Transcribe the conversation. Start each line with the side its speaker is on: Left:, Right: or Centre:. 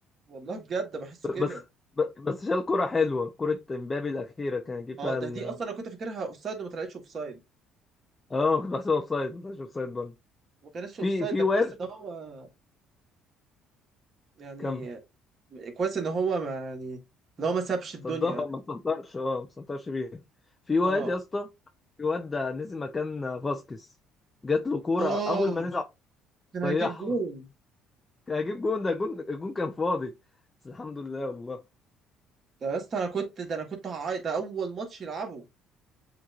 Right: والله بجد بحسه كده
Left: بس ب- بس شال كرة حلوة كرة امبابي الأخيرة كان يجيب
Right: اه
Left: فيها
Right: ده
Left: ال
Right: دي اصلا انا كنت فاكرها اوفسايد وما طلعتش اوفسايد
Left: اه كنت بحسبها اوفسايد ما طلعش اوفسايد برضه
Right: وما كانتش
Left: في
Right: اوفسايد
Left: في
Right: ده
Left: واد
Right: كويس ان هو يعني
Left: كمل
Right: كويس ان هو ما يعني ان هو ما سابش الدنيا
Left: صدها
Right: يعني
Left: ما سنطرش اه ما سنطرش بيها في واد
Right: اه
Left: يا اسطى في واد ده نزل مكان فاسكيز جات له كورة
Right: اه
Left: أول ما نزل
Right: كان هيجيب
Left: ضيعها
Right: جول
Left: كان هيجيب جون ده جون الجون كان فاضي بس الحمد لله والله
Right: ده يا اسطى انا كنت ده انا كنت هعيط ده اول ماتش يلعبه